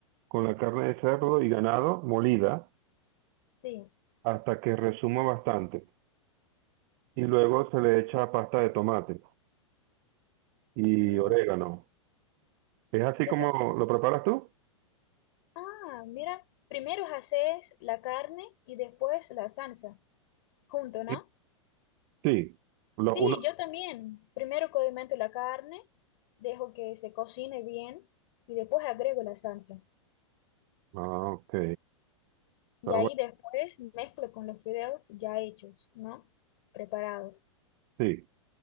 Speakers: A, on the right; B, on the left.
A: con la carne de cerdo y ganado molida
B: sí.
A: hasta que resuma bastante. Y luego se le echa pasta de tomate y
B: Mm,
A: orégano. ¿Es así
B: Entonces
A: como lo preparas tú?
B: Ah, mira, primero haces la carne y después la salsa, junto, ¿no?
A: Sí. Sí. Lo
B: Sí,
A: uno.
B: yo también. Primero condimento la carne, dejo que se cocine bien y después agrego la salsa.
A: Ah, ok.
B: Y
A: Ah, bueno,
B: ahí después mezclo con los fideos ya hechos, ¿no? Preparados.
A: sí,